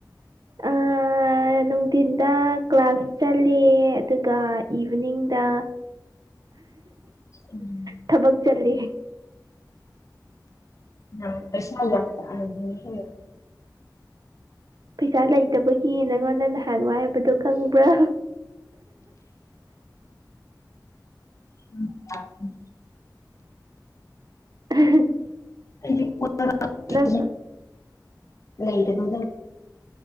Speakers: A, on the right (about 60°); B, on the left (about 45°).
A: ꯑꯥ ꯅꯨꯡꯊꯤꯟꯗꯥ ꯀ꯭ꯂꯥꯁ ꯆꯜꯂꯤ ꯑꯗꯨꯒ ꯏꯚꯤꯅꯤꯡꯗ
B: ꯎꯝ
A: ꯊꯕꯛ ꯆꯠꯂꯤ
B: ꯌꯥꯝ ꯄꯩꯁꯥ ꯌꯥꯝ ꯇꯥꯜꯂꯦꯍꯦ
A: ꯄꯩꯁꯥ ꯂꯩꯇꯕꯒꯤ ꯅꯪꯉꯣꯟꯗ ꯅꯍꯥꯟ ꯋꯥꯏꯕꯗꯣ ꯈꯪꯕ꯭ꯔꯥ
B: <unintelligible>
A: <unintelligible>
B: <unintelligible>
A: ꯅꯪ
B: ꯂꯩꯒꯅꯣꯗ